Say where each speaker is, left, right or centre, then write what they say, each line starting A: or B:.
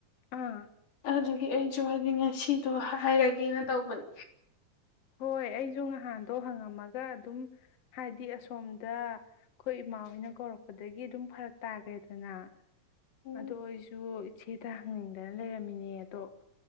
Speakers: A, on the left; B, on the left.
A: ꯑꯥ
B: ꯑꯗꯨꯒꯤ ꯑꯩꯁꯨ ꯍꯥꯏꯗꯤ ꯉꯁꯤꯗꯣ ꯍꯥꯏꯔꯒꯦꯅ ꯇꯧꯕꯅꯤ
A: ꯍꯣꯏ ꯑꯩꯁꯨ ꯅꯍꯥꯟꯗꯣ ꯍꯪꯉꯝꯃꯒ ꯑꯗꯨꯝ ꯍꯥꯏꯗꯤ ꯑꯁꯣꯝꯗ ꯑꯩꯈꯣꯏ ꯏꯃꯥ ꯍꯣꯏꯅ ꯀꯧꯔꯛꯄꯗꯒꯤ ꯑꯗꯨꯝ ꯐꯔꯛ ꯇꯥꯈ꯭ꯔꯦꯗꯅ
B: ꯎꯝ
A: ꯑꯗꯣ ꯑꯩꯁꯨ ꯏꯆꯦꯗ ꯍꯪꯅꯤꯡꯗꯅ ꯂꯩꯔꯝꯃꯤꯅꯦ ꯑꯗꯣ